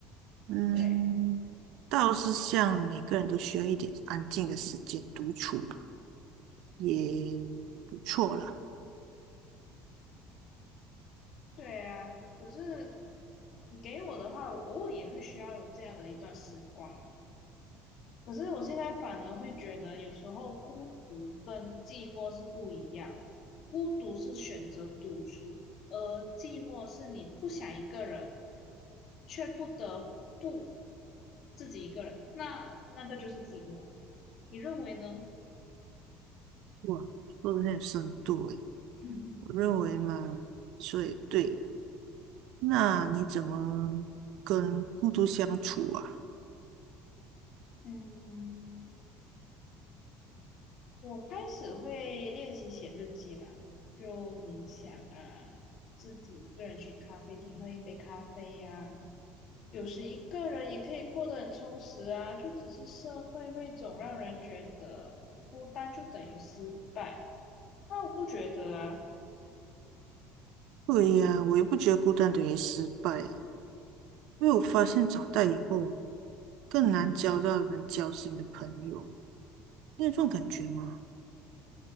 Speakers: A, on the right; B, on the left.
A: 嗯，
B: 对，
A: 倒是像每个人都需要一点安静的时间独处也不错啦。
B: 对啊，可是你给我的话，我偶尔也会需要有这样的一段时光啊。可是我现在反而会觉得，有时候孤独跟寂寞是不一样。孤独是选择独处，而寂寞是你不想一个人，却不得不自己一个人，那那个就是寂寞。你认为呢？
A: 哇，说的很有深度诶，
B: <laughs>
A: 我认为嘛，说也对。那你怎么跟孤独相处啊？
B: 嗯，我开始会练习写日记啦，就冥想啊，自己一个人去咖啡厅喝一杯咖啡呀、有时一个人也可以过得很充实啊，就只是社会会总让人觉得孤单就等于失败，那我不觉得啊。
A: 对呀，我也不觉得孤单等于失败欸，因为我发现长大以后更难交到能交心的朋友，你有这种感觉吗？